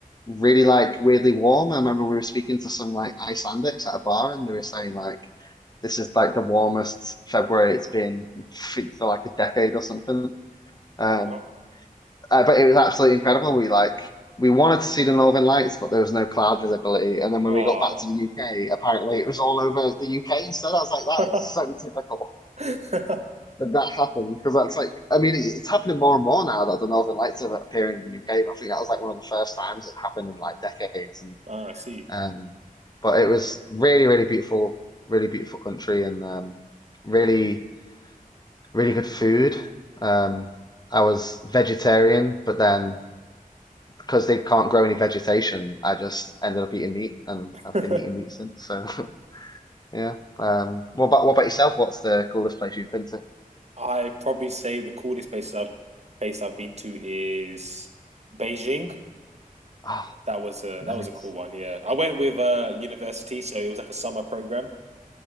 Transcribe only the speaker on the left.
really like weirdly warm. I remember we were speaking to some like Icelandics at a bar and they were saying like this is like the warmest February it's been for like a decade or something. Um,
uh, but it was absolutely incredible. We like we wanted to see the Northern Lights, but there was no cloud visibility. And then when
we got back to the UK, apparently it was all over the UK instead. I was like, that
is so typical
that that happened because that's like, I mean, it's happening more and more now that the Northern Lights are appearing in the UK. But I think that was like one of the first times it happened in like decades. And
um, but it was really, really beautiful, really beautiful country, and um, really, really good food. Um, I was vegetarian, but then. because they can't grow any vegetation, I just ended up eating meat, and
I've been eating meat since. So <laughs> yeah. Um, what about what about yourself? What's the coolest place you've been to?
Oh,
nice.